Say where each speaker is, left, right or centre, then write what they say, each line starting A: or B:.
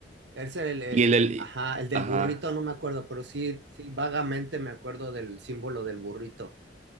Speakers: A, on the right; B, on the right.
A: Es el, el,
B: y el, el...
A: ajá, el del
B: Ajá.
A: burrito, no me acuerdo, pero sí, sí, vagamente me acuerdo del símbolo del burrito.